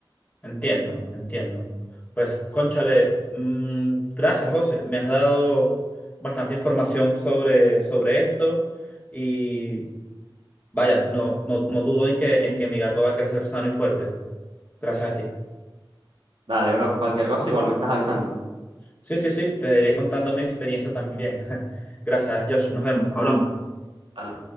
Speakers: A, on the left (about 20°); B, on the right (about 85°).
A: entiendo, entiendo. Pues, cónchale, mm, gracias, José. Me has dado bastante información sobre, sobre esto y Vaya, no, no, no dudo en que, en que mi gato va a crecer sano y fuerte. Gracias a ti.
B: Dale, bro, cualquier cosa igual me estás avisando.
A: Sí, sí, sí, te iré contando mi experiencia también. <laughs> Gracias, Josh. Nos vemos. Hablamos.
B: Dale.